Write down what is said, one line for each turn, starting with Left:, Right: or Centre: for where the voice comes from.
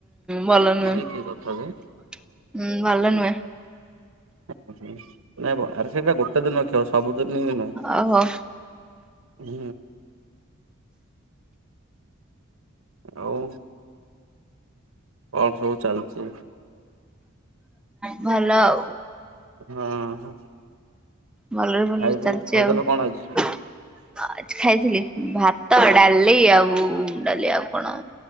Centre: ଭଲ ନୁହେଁ।
Right: ଇଏ କି କଥା ଯେ?
Centre: ହୁଁ ଭଲ ନୁହେଁ।
Right: ନାଇଁ ଆରେ ସେଇଟା ଗୋଟେ ଦିନର ଖେଳ ସବୁଦିନ ନୁହଁ।
Centre: ଓହୋ।
Right: ହୁଁ। ଆଉ କଣ ସବୁ ଚାଲିଛି
Centre: <inaudible> ଭଲ ଆଉ।
Right: ହଁ ହଁ।
Centre: ଭଲରେ ଭଲରେ
Right: ଖାଇ ପିଇ
Centre: ଚାଲିଛି
Right: ଖାଇଦେଲ
Centre: ଆଉ।
Right: କଣ ଆଜି?
Centre: ଆ ଖାଇଥିଲି ଭାତ ଡାଲି ଆଉ ଡାଲି ଆଉ କଣ